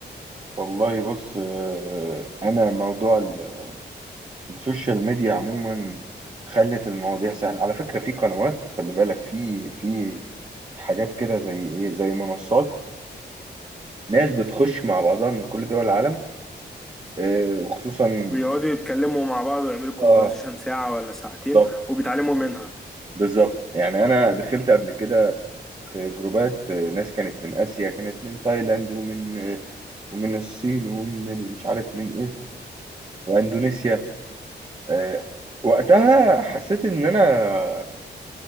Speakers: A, on the right; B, in the centre.
A: والله بص آه، انا موضوع ال السوشيال ميديا عموما خلت المواضيع سهلة على فكرة في قنوات خلي بالك في في حاجات كده زي ايه زي منصات ناس بتخش مع بعضها من كل دول العالم آه وخصوصا
B: بيقعدوا يتكلموا مع بعض ويعملوا كونفرزيشن
A: اه
B: ساعة ولا ساعتين
A: بالظبط
B: وبيتعلموا منها
A: بالظبط يعني انا دخلت قبل كده في جروبات آه، ناس كانت من اسيا كانت من تايلاند ومن آه، ومن الصين ومن ال- مش عارف من ايه واندونيسيا آه وقتها حسيت ان انا